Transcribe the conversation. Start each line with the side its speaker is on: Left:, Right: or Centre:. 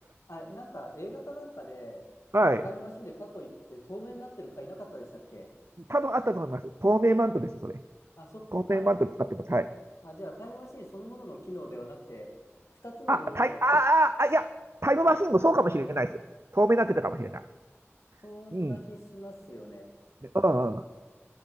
Left: あれ、なんか映画かなんかで、
Right: <laughs> はい。
Left: そのタイムマシンで過去行って透明になってる回なかったでしたっけ
Right: 多分あったと思います。透明マントです、それ。
Left: あ、そっか。
Right: 透明マント使ってます。はい。
Left: あ、じゃあタイムマシンそのものの機能ではなくて、二つの道具の、
Right: あ、タイ、あ、あ、あ、いや、タイムマシンもそうかもしれないです。透明になってたかもしれない。
Left: そんな気しますよね。
Right: うん、うん、うん。